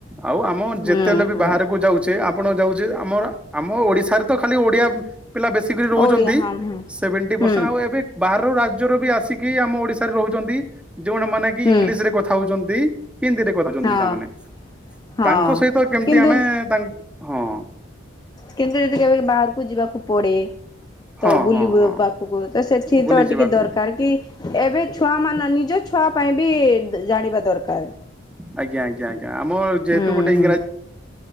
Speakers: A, in the centre; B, on the left.
A: ଆଉ ଆମ
B: ହୁଁ
A: ଯେତେଳେ ବି
B: ହୁଁ
A: ବାହାରକୁ ଯାଉଛେ ଆପଣ ଯାଉ ଆମର ଆମ ଓଡିଶାରେ ତ ଖାଲି ଓଡିଆ ପିଲା ବେଶୀ କରି ରହୁଛନ୍ତି
B: ଓଡ଼ିଆ ହଁ ହୁଁ
A: ସେଭେଣ୍
B: ହୁଁ
A: ପରସେଣ୍ଟ ଆଉ ଏବେ ବାହାର ବି ଆସିକି ଆମ ଓଡ଼ିଶା ରହୁଛନ୍ତି। ଯୋଉଟା ମାନେ କି
B: ହୁଁ
A: ଇଂଲିଶ ରେ କଥା ହଉଛନ୍ତି। ହତିରେ କରିଛନ୍ତି
B: ହଁ
A: ତାମାନେ
B: ହଁ
A: ତାଙ୍କ ସହିତ କେମିତି
B: କିନ୍ତୁ
A: ଆମେ ତାଙ୍କ ହଁ
B: କିନ୍ତୁ ଯଦି କେବେ ବାହାରକୁ ଯିବାକୁ ପଡେ
A: ହଁ
B: ତ ବୁଲୁ
A: ହଁ ହଁ
B: ପାଖକୁ ତ ସେଥିି
A: ବୁଲିଯିବାକୁ
B: ତ ଟିକେ ଦରକାର କି ଏବେ ଛୁଆମାନ ନି ନିଜ ଛୁଆ ପାଇଁ ବି ଜାଣିବା ଦରକାର
A: ଆଜ୍ଞା ଆଜ୍ଞା ଆଜ୍ଞା ଆମ ଯେହେତୁ
B: ହୁଁ
A: ଗୋଟେ ଇଂରାଜୀ
B: ହଁ